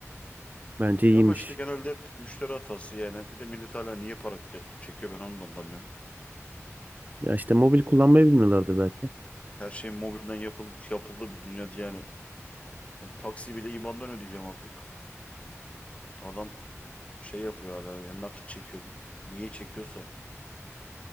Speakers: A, on the right (about 35°); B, on the left (about 25°).
A: bence iyiymiş.
B: Ya ama işte genelde hep müşteri hatası yani. Bir de millet hala niye para yatırıp çekiyor ben onu da anlamıyorum.
A: Ya işte mobil kullanmayı bilmiyorlardır belki.
B: Her şey mobilden yapıldı, yapıldı bir dünya diye yani. Ben taksi bile IBAN'dan ödeyeceğim artık. Adam şey yapıyor hala yani nakit çekiyor. Niye çekiyorsa.